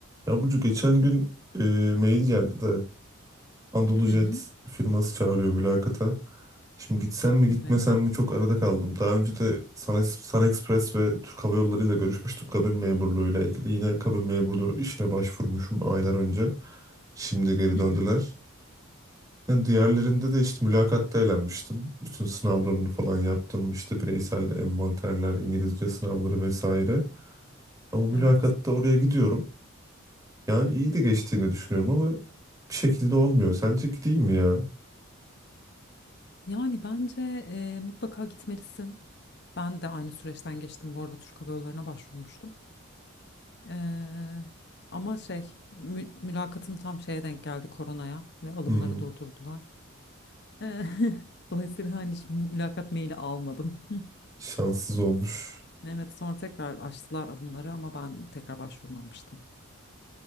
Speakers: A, on the right; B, on the left.
A: Ya Burcu geçen gün e, mail geldi de Anadolu
B: Hı hı,
A: firması çağırıyor mülakata. Şimdi gitsem mi gitmesem
B: evet.
A: mi çok arada kaldım. Daha önce de Sun, Sun Express ve Türk Hava Yolları ile görüşmüştüm kabin memurluğuyla ilgili. Yine kabin memurluğu işine başvurmuşum aylar önce. Şimdi geri
B: Hı
A: döndüler.
B: hı,
A: Yani diğerlerinde de işte mülakatta eğlenmiştim. Bütün sınavlarını falan yaptım. İşte bireysel envanterler, İngilizce sınavları vesaire. Ama mülakatta
B: evet.
A: oraya gidiyorum. Yani iyi de geçtiğini düşünüyorum ama bir şekilde olmuyor. Sence gideyim mi ya?
B: Yani bence e, mutlaka gitmelisin. Ben de aynı süreçten geçtim. Bu arada Türk Hava Yolları'na başvurmuştum. Eee, ama şey, mü- mülakatım tam şeye denk geldi koronaya ve alımları
A: Hmm,
B: durdurdular. Eee, <laughs> Dolayısıyla hani hiç mülakat maili almadım. <laughs>
A: şanssız olmuş.
B: Evet, sonra tekrar açtılar alımları ama ben tekrar başvurmamıştım.